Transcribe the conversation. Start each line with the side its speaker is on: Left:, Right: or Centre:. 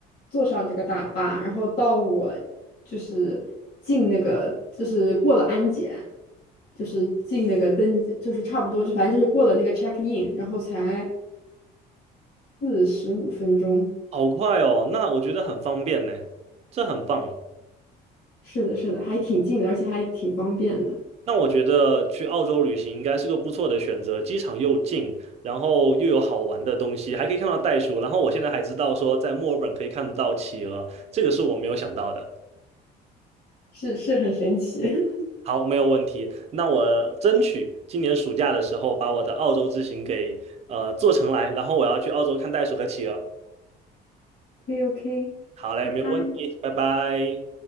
Left: 坐上这个大巴，然后到我就是进那个就是过了安检，就是进那个登记，就是差不多就反正就是过了那个 check in，然后才四十五分钟。
Right: 好快哦，那我觉得很方便呢，这很棒。
Left: 是的，是的，还挺近的，而且还挺方便的，
Right: 那我觉得去澳洲旅行应该是个不错的选择，机场又近，然后又有好玩的东西，还可以看到袋鼠。然后我现在还知道说，在墨尔本可以看得到企鹅，这个是我没有想到的。
Left: 是是很神奇。<laughs>
Right: 好，没有问题。那我争取今年暑假的时候把我的澳洲之行给呃做成来，然后我要去澳洲看袋鼠和企鹅。
Left: OK OK，
Right: 好嘞，
Left: 拜拜。
Right: 没有问题，拜拜。